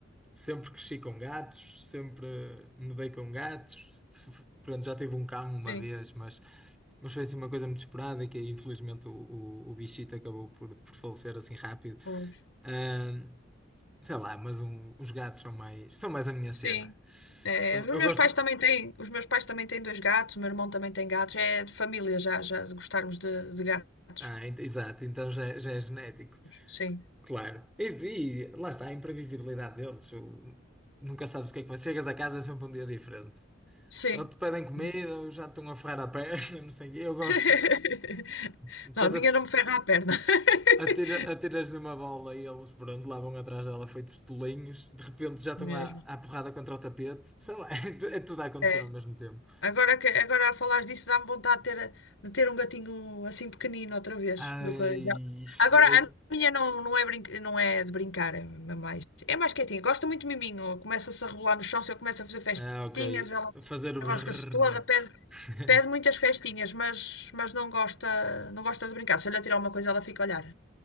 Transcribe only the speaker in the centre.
Sempre cresci com gatos, sempre me dei com gatos. Se- Pronto, já tive um cão uma
vez, mas, mas foi assim uma coisa muito esperada e que infelizmente o, o, o bichito acabou por, por falecer assim rápido.
Ah, sei lá, mas um- os gatos são mais, são mais a minha
cena.
São-
Eu gosto.
Ah, ent- exato, então já, é, já é genético.
Claro. E, e lá está a imprevisibilidade deles. o- nunca sabes o que é que vai. Chegas a casa é sempre um dia diferente.
Ou te pedem comida,
ou já te estão a ferrar a perna, <laughs> não sei o quê. Eu gosto.
Depois
at-
atira, atiras-lhe uma bola e eles, pronto, lá vão atrás dela feitos tolinhos. De repente já estão
à, à porrada contra o tapete. Sei lá, <laughs> é tudo a acontecer
ao mesmo tempo.
Ai,
isto
é-
Ah, ok.
Fazer o brrr.
<laughs>